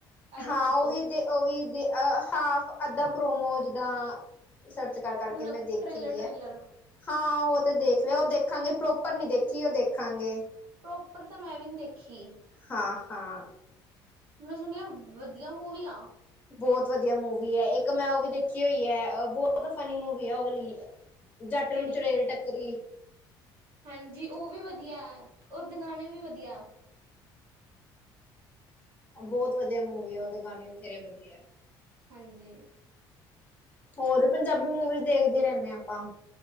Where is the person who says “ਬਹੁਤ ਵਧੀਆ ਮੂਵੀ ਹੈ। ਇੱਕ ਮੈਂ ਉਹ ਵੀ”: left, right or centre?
Left